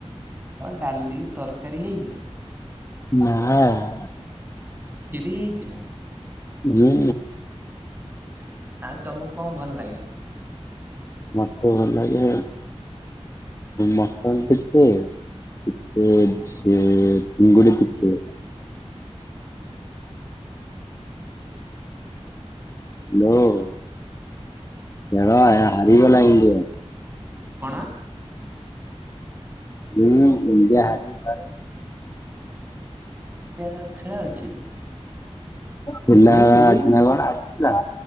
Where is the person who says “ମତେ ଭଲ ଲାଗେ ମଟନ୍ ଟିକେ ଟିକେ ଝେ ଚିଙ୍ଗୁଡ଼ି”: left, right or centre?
Left